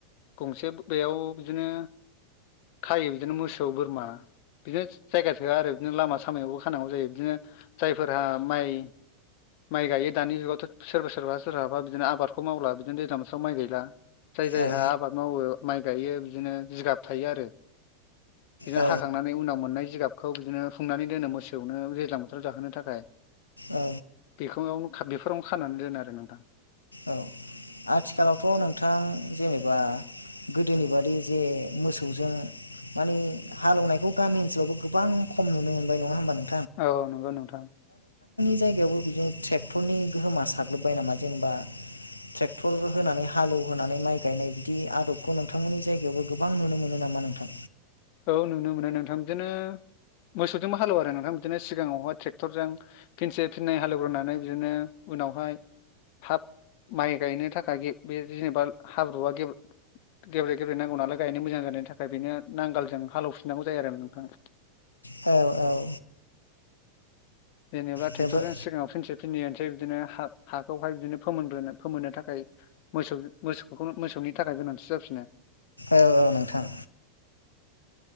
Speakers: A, on the left (about 45°); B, on the left (about 85°).
A: गंसे बेयाव बिदिनो खायो बिदिनो मोसौ बोरमा बिदिनो जायगा थोआ आरो बिदिनो लामा सामायावबो खानांगौ जायो बिदिनो जायफोरहा माइ माइ गायो दानि जुगावथ' सोरबा सोरबा सोरहाबा बिदिनो आबादखौ मावला बिदिनो दैज्लां बोसोराव माइ गायला जाय जायहा
B: औ
A: आबाद मावो माइ गायो बिदिनो जिगाब थायो आरो बिदिनो
B: औ
A: हाखांनानै उनाव मोननाय जिगाबखौ बिदिनो हुंनानै दोनो मोसौनो दैज्लां बोथोराव जाहोनो थाखाय
B: औ
A: <unintelligible> बेफोरावनो खानानै दोनो आरो नोंथां
B: औ आथिखालावथ' नोंथां जेनेबा गोदोनि बादि जे मोसौजों माने हालेवनायखौ गामि ओनसोलावबो गोबां खम नुनो मोनबाय नङा होमबा नों
A: औ नंगौ नोंथां
B: जायगायावबो बिदिनो ट्रेक्टरनि गोहोमा साग्लोबबाय नामा जेनेबा ट्रेक्टर होनानै हालेवहोनानै माइ गायनाय बिदि आदबखौ नोंथांमोननि जायगायावबो गोबां नुनो मोनो नामा नों <inaudible>
A: औ नुनो मोनो नोंथां बिदिनो मोसौजोंबो हालेव आरो नोंथां बिदिनो सिगाङावहाय ट्रेक्टरजों फिनसे फिननै हालौवग्रोनानै बिदिनो उनावहाय थाब माइ गायनो थाखाय बे जेनेबा हाब्रुआ गेब्रु गेब्ले गेब्ले नांगौ नालाय गायनो मोजां जानायनि थाखाय बेनो नांगाल जों हालौफिनांगौ जायो आरो नोंथां
B: औ औ
A: जेनेबा ट्रेक्टरजों
B: जोबोद
A: सिगाङाव फिनसे फिनै होनोसै बिदिनो हा हा खौहाय बिदिनो फोमोनग्रोनो फोमोननो थाखाय मोसौ मोसौ मोसौनि थाखाय गोनांथि जाफिनो।
B: औ औ नोंथां।